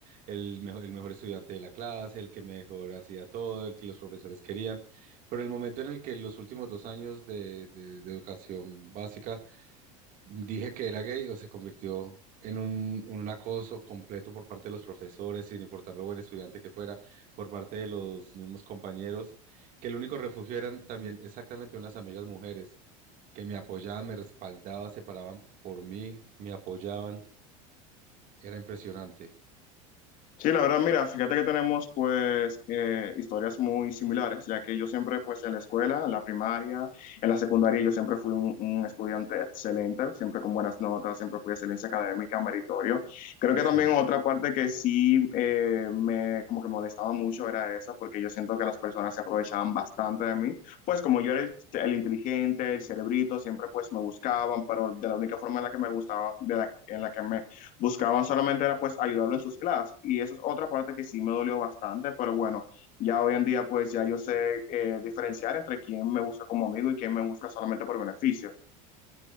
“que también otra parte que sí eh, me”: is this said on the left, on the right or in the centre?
Left